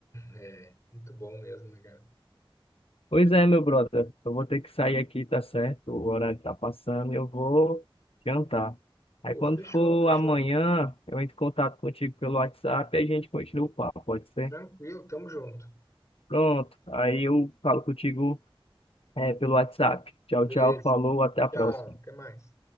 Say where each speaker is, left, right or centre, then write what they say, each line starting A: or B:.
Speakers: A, on the left (about 30°); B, on the left (about 80°).
A: É, muito bom mesmo, né, cara?
B: Pois é, meu brother, eu vou ter que sair aqui, tá certo? O horário tá passando e eu vou jantar. Aí
A: Pô,
B: quando
A: fechou,
B: for
A: fechou.
B: amanhã, eu entro em contato contigo pelo WhatsApp e a gente continua o papo, pode ser?
A: Tranquilo, tamo junto.
B: Pronto, aí eu falo contigo é, pelo WhatsApp. Tchau,
A: Beleza.
B: tchau, falou, até a próxima.
A: Tchau, até mais.